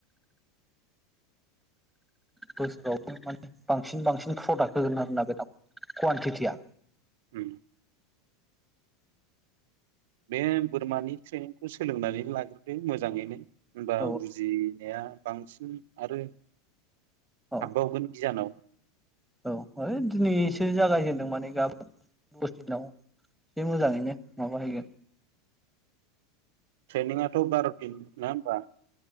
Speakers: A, in the centre; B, on the right.
A: बोसोरावबो माने बांसिन बांसिन प्रडाक्ट होगोन आरो ना बेदाव कवानटिटिया
B: उम बे बोरमानि ट्रेनिंखौ सोलोंनानै लाग्रोदो मोजाङैनो होनबा
A: औ
B: बुजि नाया बांसिन आरो हाबबावगोन
A: औ
B: गियानाव
A: औ है दिनैसो जागायजेनदों माने गाबोन <unintelligible> दिनाव एसे मोजाङैनो माबाहैगोन
B: ट्रेनिंयाथ बार दिन ना बा